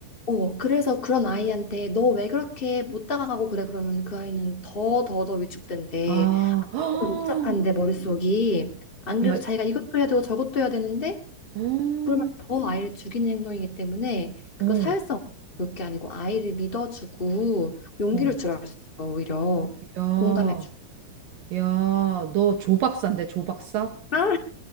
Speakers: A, on the left; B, on the right.
A: 어, 그래서 그런 아이한테 너 왜 그렇게 못 다가가고 그래? 그러면 그 아이는 더 더 더 위축된대.
B: 아,
A: 복잡한데 머릿속이.
B: <gasps>
A: 안 그래도
B: 야,
A: 자기가 이것도 해야 되고 저것도 해야 되는데
B: 어,
A: 그러면 더 아이를 죽이는 행동이기 때문에
B: 어,
A: 그거 사회성 볼게 아니고 아이를 믿어주고 용기를
B: 어.
A: 주라 그랬어, 오히려
B: 야,
A: 공감해주고.
B: 야, 너 조박사인데, 조박사?
A: 아,